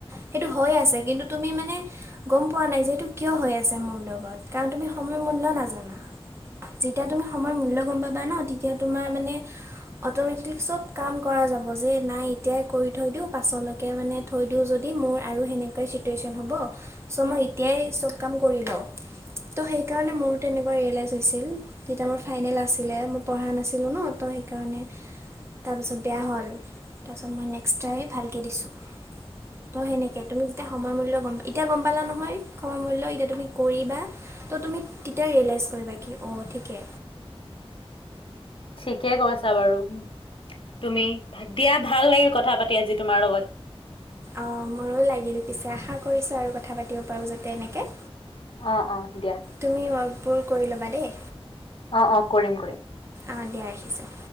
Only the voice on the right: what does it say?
সেইটো হৈ আছে কিন্তু তুমি মানে গম পোৱা নাই যে এইটো কিয় হৈ আছে মোৰ লগত? কাৰণ তুমি সময়ৰ মূল্য নাজানা। যেতিয়া তুমি সময়ৰ মূল্য গম পাবা ন তেতিয়া তোমাৰ মানে অটমেটিক চব কাম কৰা যাব যে নাই এতিয়াই কৰি থৈ দিও। পাছলৈ কে মানে থৈ দিওঁ যদি মোৰ আৰু সেনেকুৱাই ছিটুৱেছন হ'ব। চ মই এতিয়াই চব কাম কৰি লওঁ। ত' সেই কাৰণে মোৰ তেনেকুৱা ৰিয়েলাইজ হৈছিল। তেতিয়া মোৰ ফাইনেল আছিলে। মো পঢ়া নাছিলো ন ত সেইকাৰণে তাৰপাছত বেয়া হ'ল। তাৰপাছত মই নেক্সট ট্ৰাই ভালকে দিছো। অ সেনেকে। তুমি যেতিয়া সময় মূল্য গম পা, এতিয়া গম পালা নহয়? সময়ৰ মূল্য এতিয়া তুমি কৰিবা। ত তুমি তেতিয়া ৰিয়েলাইজ কৰিবা কি অ ঠিকে।
অ মোৰো লাগিল। পিছে আশা কৰিছো আৰু কথা পাতিব পাৰো যাতে এনেকে।
তুমি ৱৰ্কবোৰ কৰি ল'বা দেই।
অ দিয়া ৰাখিছো।